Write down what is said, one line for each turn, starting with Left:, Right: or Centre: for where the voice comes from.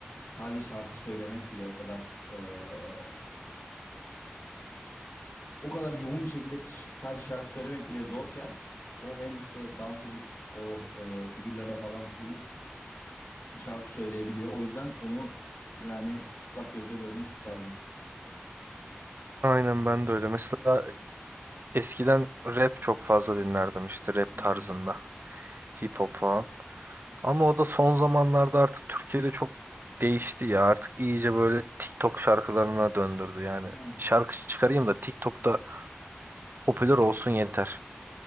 Left: Sadece şarkı söylemek bile o kadar eee, o kadar yoğun bir şekilde ş- sadece şarkı söylemek bile zorken o hem işte dans edip o eee, figürlere falan uyup şarkı söyleyebiliyor. O yüzden onu yani çıplak gözle görmek isterdim.
Right: Aynen ben de öyle. Mesela eskiden rap çok fazla dinlerdim işte rap
Left: Hı hı.
Right: tarzında. Hip hop falan. Ama o da son zamanlarda artık Türkiye'de çok değişti ya. Artık iyice böyle TikTok şarkılarına döndürdü. Yani
Left: Evet.
Right: şarkı çıkarayım da TikTok'ta popüler olsun yeter.